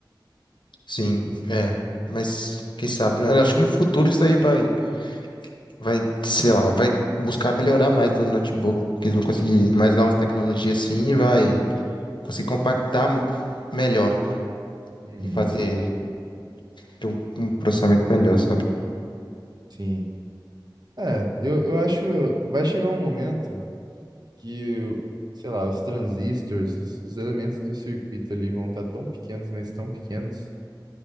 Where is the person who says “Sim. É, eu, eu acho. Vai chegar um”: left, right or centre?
Right